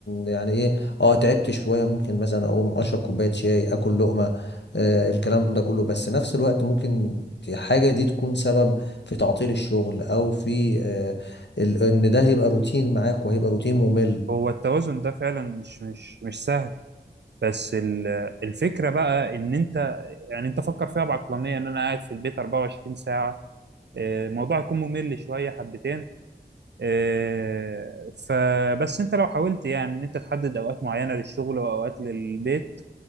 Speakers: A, on the left; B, on the right.
A: يعني ايه اه تعبت شوية ممكن مثلا اقوم اشرب كوباية شاي اكل لقمة آه، الكلام ده كله بس نفس الوقت ممكن الحاجة دي تكون سبب في تعطيل الشغل أو في آه، ال- إن ده هيبقى روتين معاك وهيبقى روتين ممل
B: هو التوازن ده فعلا مش مش مش سهل بس ال- الفكرة بقى ان انت يعني انت فكر فيها بعقلانية ان انا قاعد في البيت 24 ساعة آه، الموضوع هيكون ممل شوية حبتين آه، فبس انت لو حاولت يعني ان انت تحدد اوقات معينة للشغل واوقات للبيت